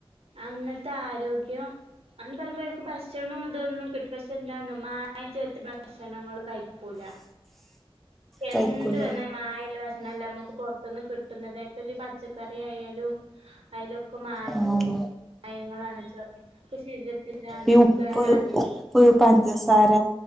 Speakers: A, on the right; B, in the centre.
A: അന്നത്തെ ആരോഗ്യം അന്ന് പറയുമ്പോയൊക്കെ ഭക്ഷണം ഇതൊന്നും കിട്ട പഷ് എന്താന്നോ മായം ചേർത്ത്കാണ്ട് ഭക്ഷണങ്ങൾ കഴിക്കൂല എന്ത്
B: കഴിക്കൂല
A: തിന്നാലും മായം ഇല്ല ഭക്ഷണം അല്ലെ ഞമ്മക്ക് കിട്ടുന്നത് ഒരു പച്ചക്കറി ആയാലും അതിലൊക്കെ മായം
B: ആഹ്
A: പയങ്ങളാണ് ചേർ ശരീരത്തിലാണ്
B: ഈ ഉപ്പ്
A: കേടാണ്
B: ഉ പ്പ് പഞ്ചസാര